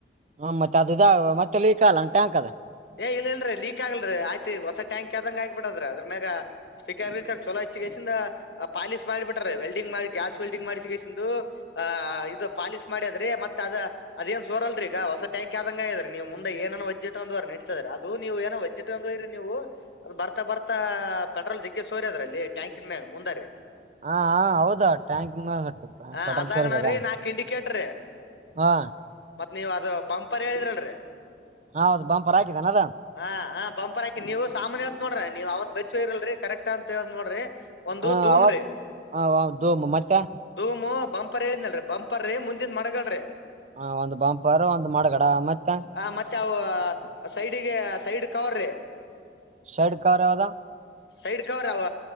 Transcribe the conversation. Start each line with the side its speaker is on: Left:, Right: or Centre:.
Right: ಹ್ಮ್ ಮತ್ತೆ ಅದು ಇದ ಮತ್ತೆ ಲೀಕಾಲ ಟಾಂಕದ
Left: ಏ ಇಲ್ ಇಲ್ರಿ ಲೀಕ್ ಆಗಲ್ರಿ ಆಯ್ತಿ ಹೊಸ ಟ್ಯಾಂಕಿ ಆದಂಗ್ ಆಗಿಬಿಟೈತ್ರಿ ಅದ್ರ ಮ್ಯಾಗ ಸ್ಟಿಕರ್ ವಿಕರ್ ಚಲೋಚ್ಚಿಗಸಿಂದ ಪಾಲಿಶ್ ಮಾಡಿ ಬಿಟ್ಟರೆ ವೆಲ್ಡಿಂಗ್ ಮಾಡಿ ಗ್ಯಾಸ್ ವೆಲ್ಡಿಂಗ್ ಮಾಡಿಸಿ ಆಹ ಇದು ಪಾಲೀಶ್ ಮಾಡ್ಯದ್ರೀ ಮತ್ತ್ ಅದ ಅದೇನ್ ಸೋರಲ್ರಿ ಈಗ ಹೊಸ ಟ್ಯಾಂಕ್ ಆದಂಗ ಆಗಿದ್ರೀ ನೀವು ಮುಂದ ಎನನ್ನೋ ಒಜೆಟ್ಂದ್ರು ನಡಿತಂದ್ರಿ ಅದು ನೀವು ಏನೋ ನೀವು ಅದು ಬರ್ತ ಬರ್ತಾ ಪೆಟ್ರೋಲ್ ಜಗ್ಗೆ ಸೋರಿದ್ರಲ್ಲಿ ಟ್ಯಾಂಕಿನ್ ಮ್ಯಾಗ್ ಮುಂದಾರಿ
Right: ಆ ಹಾ ಹೌದ ಟ್ಯಾಂಕ್ ಮ ಪೆಟ್ರೋಲ್
Left: ಆ ಅದಾಗಣ
Right: ಅದ
Left: ರೀ ನಾಕ್ ಇಂಡಿಕೇಟ್ರೀ
Right: ಹಾ
Left: ಮತ್ ನೀವ್ ಅದ ಬಂಪರ್ ಹೇಳಿದ್ರಲ್ರೀ
Right: ಹೌದು ಬಂಪರ್ ಹಾಕಿದ್ದಾನ ಅದ
Left: ಹಾ ಹಾ ಬಂಪರ್ ಆಕಿನ್ ನೀವು ಸಾಮಾನ್ಯವತ್ ನೋಡ್ರಿ ನೀವ ಅವತ್ ಬೈಸ್ ಇರಲ್ರಿ ಕರೆಕ್ಟಾ ಅಂತ ಹೇಳ್ ನೋಡ್ರಿ ಒಂದು
Right: ಹಾ
Left: ಧೂಮ್
Right: ಅವತ್ತ್
Left: ರೀ
Right: ಹ ಹೌ ಹೌದು ಮತ್ತೆ
Left: ಧೂಮು ಬಂಪರ್ ಹೇಳಿದ್ನಲ್ರಿ ಬಂಪರ್ ರೀ ಮುಂದಿನ ಮಡಗಾಡ್ರೀ
Right: ಹ ಒಂದ್ ಬಂಪರ್ ಒಂದ್ ಮಡಗಡ ಮತ್ತೆ
Left: ಆ ಮತ್ತೆ ಅವು ಸೈಡಿಗೆ ಸೈಡ್ ಕವರ್ ರೀ
Right: ಸೈಡ್ ಕವರ್ ಯಾದ
Left: ಸೈಡ್ ಕವರ್ ಅವ